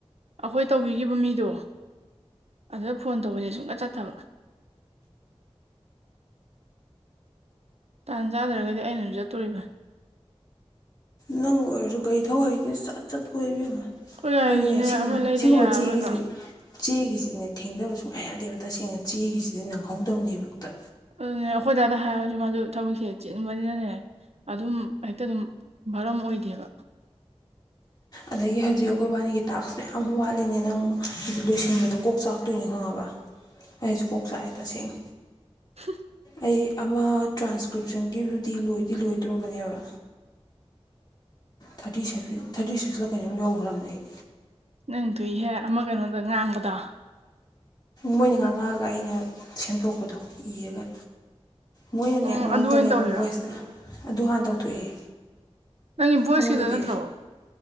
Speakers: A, on the right; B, on the left.
A: ꯑꯩꯈꯣꯏ ꯇꯧꯕꯤꯈꯤꯕ ꯃꯤꯗꯣ ꯑꯗꯨꯗ ꯐꯣꯟ ꯇꯧꯕꯁꯦ ꯁꯨꯡꯆꯠ ꯆꯠꯇꯕ꯫ ꯇꯥꯟ ꯆꯥꯗ꯭ꯔꯒꯗꯤ ꯑꯩꯅꯁꯨ ꯆꯠꯇꯣꯔꯤꯕ
B: ꯅꯪ ꯑꯣꯏꯔꯁꯨ ꯒꯥꯔꯤ ꯊꯧꯍꯩꯅꯤ ꯁꯠ ꯆꯠꯄ ꯀꯣꯏꯕꯤꯝꯃꯥ
A: ꯑꯩꯈꯣꯏ ꯒꯥꯔꯤꯗꯨꯁꯨꯅꯦ
B: ꯍꯥꯏꯗꯤꯅꯦ ꯁꯤꯒꯨꯝꯕ
A: ꯑꯃ ꯂꯩꯗ
B: ꯁꯤꯒꯨꯝꯕ
A: ꯌꯥꯔꯔꯣꯏꯕ
B: ꯆꯦꯒꯤꯁꯤ ꯆꯦꯒꯤꯁꯤꯅꯦ ꯊꯦꯡꯗꯕ ꯁꯨꯡꯌꯥ ꯌꯥꯗꯦꯕ ꯇꯁꯦꯡꯅ ꯆꯦꯒꯤꯁꯤꯗꯤ ꯅꯪꯍꯧꯗꯕꯅꯦꯕ ꯍꯦꯛꯇ
A: ꯑꯗꯨꯅꯦ ꯑꯩꯈꯣꯏꯗꯥꯗ ꯍꯥꯏꯔꯁꯨ ꯃꯥꯗꯨ ꯊꯕꯛꯁꯦ ꯆꯤꯟꯅꯤꯡꯕꯅꯤꯅꯅꯦ ꯑꯗꯨꯝ ꯍꯦꯛꯇ ꯑꯗꯨꯝ ꯕꯔꯝ ꯑꯣꯏꯗꯦꯕ
B: ꯑꯗꯩꯒꯤ ꯍꯧꯖꯤꯛ ꯑꯩꯈꯣꯏ ꯏꯕꯥꯅꯤꯒꯤ ꯇꯥꯛꯁ ꯃꯌꯥꯝ ꯋꯥꯠꯂꯤꯅꯦ ꯅꯪ ꯍꯧꯖꯤꯛ ꯂꯣꯏꯁꯤꯟꯕꯗꯣ ꯀꯣꯛ ꯆꯥꯛꯇꯣꯏꯅꯤ ꯈꯪꯉꯕ ꯑꯩꯁꯨ ꯀꯣꯛ ꯆꯥꯛꯑꯦ ꯇꯁꯦꯡ
A: ꯍꯝ
B: ꯑꯩ ꯑꯃ ꯇ꯭ꯔꯥꯟꯁꯀ꯭ꯔꯤꯞꯁꯟꯒꯤꯗꯨꯗꯤ ꯂꯣꯏꯗꯤ ꯂꯣꯏꯗꯣꯔ꯭ꯕꯅꯦꯕ꯫ ꯊꯥꯔꯇꯤ ꯁꯚꯦꯟ ꯊꯥꯔꯇꯤ ꯁꯤꯛꯁꯇ ꯀꯩꯅꯣꯝ ꯌꯧꯈ꯭ꯔꯔꯝꯃꯦ ꯑꯩ
A: ꯅꯪꯊꯨꯏꯍꯦ ꯑꯃ ꯀꯩꯅꯣꯗ ꯉꯥꯡꯕꯗꯣ꯫
B: ꯃꯣꯏꯅ ꯉꯥꯡꯉꯛꯑꯒ ꯑꯩꯅ ꯁꯦꯝꯗꯣꯛꯄꯗꯣ ꯏꯔꯒ꯫ ꯃꯣꯏꯅꯅꯦ
A: ꯎꯝ
B: ꯉꯥꯡꯉꯛꯀꯅꯦꯕ
A: ꯑꯗꯨ ꯑꯣꯏꯅ ꯇꯧꯔꯤꯔꯣ
B: ꯚꯣꯏꯁꯇꯥ ꯑꯗꯨ ꯍꯥꯟꯅ ꯇꯧꯊꯣꯛꯑꯦ꯫
A: ꯅꯪꯒꯤ ꯚꯣꯏꯁꯀꯤꯗꯣ
B: ꯑꯃꯗꯨꯗꯤ
A: ꯅꯠꯇ꯭ꯔꯣ